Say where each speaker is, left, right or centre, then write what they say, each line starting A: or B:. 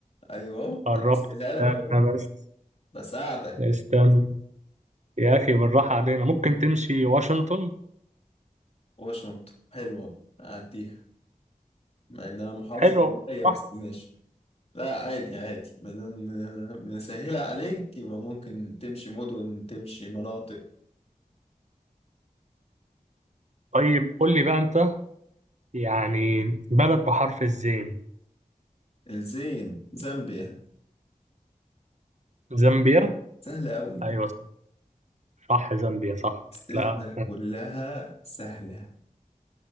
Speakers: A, on the left; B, on the right.
A: ايوه أهو،
B: قربت
A: انا بسألها
B: استنى
A: لك اهو
B: بس
A: بساعدك
B: استنى يا اخي بالراحة علينا ممكن تمشي واشنطن
A: واشنطن حلوه اعديها مع انها محافظه
B: حلوة
A: قليله بس
B: صح
A: ماشي لا عادي عادي بدون مسهله عليك يبقى ممكن تمشي مدن تمشي مناطق
B: طيب قول لي بقى انت يعني بلد بحرف الزين
A: الزين زامبيا
B: زامبيا
A: سهله قوي
B: ايوه صح زامبيا صح
A: أسئلتنا
B: لا
A: كلها سهله